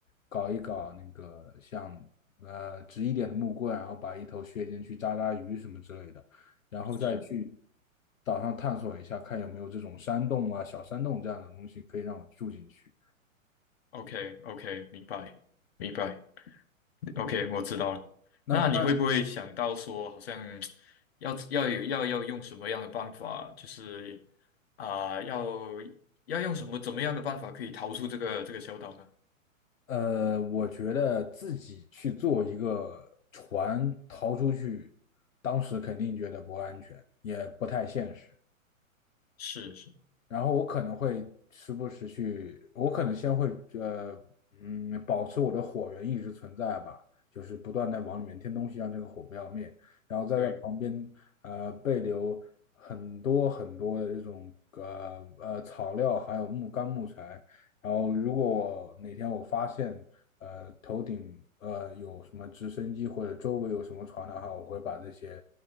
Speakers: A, on the left; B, on the left.
A: 搞一搞那个像呃直一点的木棍，然后把一头削尖去扎扎鱼什么之类的。然后再去
B: 是
A: 岛上探索一下，看有没有这种山洞啊、小山洞这样的东西可以让我住进去。
B: ，OK OK，明白明白，OK，我知道了。
A: 那那
B: 那你会不会想到说，好像要要有要要用什么样的办法，就是啊、要要用什么怎么样的办法可以逃出这个这个小岛呢？
A: 呃，我觉得自己去做一个船逃出去，当时肯定觉得不安全，也不太现实。
B: 是是，
A: 然后我可能会时不时去，我可能先会呃嗯保持我的火源一直存在吧，就是不断的往里面添东西，让这个火不要灭，然后再在旁边呃备留很多很多的这种呃呃草料，
B: 对。
A: 还有木干木材，然后如果我哪天我发现呃头顶呃有什么直升机或者周围有什么船的话，我会把这些